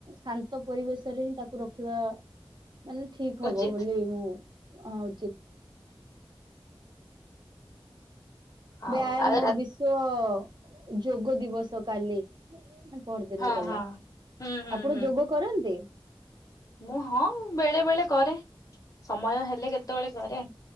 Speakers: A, on the right; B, on the left.
A: ଶାନ୍ତ ପରିବେଶରେ ହିଁ ତାକୁ ରଖିବା ମାନେ ଠିକ୍ ହବ
B: ଉଚିତ
A: ବୋଲି ମୁଁ ହଁ ଉଚିତ। ବ୍ୟାୟାମ
B: ଆଉ ଆଉ ରା
A: ବିଶ୍ଵ ଯୋଗ ଦିବସ କାଲି। ପରଦିନ
B: ହଁ
A: ଗଲା
B: ହଁ ହୁଁ ହୁଁ
A: ଆପଣ
B: ହୁଁ।
A: ଯୋଗ କରନ୍ତି?
B: ମୁଁ ହଁ ବେଳେ ବେଳେ କରେ ସମୟ ହେଲେ କେତେବଳେ କରେ।